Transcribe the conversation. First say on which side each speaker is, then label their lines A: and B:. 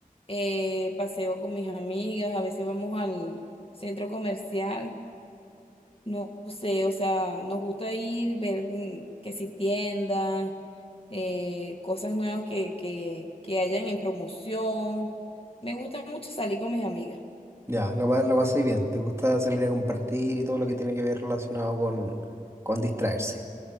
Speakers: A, on the left; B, on the right.
A: eh, paseo con mis amigas, a veces vamos al centro comercial, no sé, o sea, nos gusta ir, ver mm, que si tiendas, eh, cosas nuevas que, que, que hayan en promoción. Me gusta mucho salir con mis amigas.
B: Ya, lo, pa- lo pasáis bien. Te gusta salir a compartir y todo lo que tiene que ver relacionado con, con distraerse.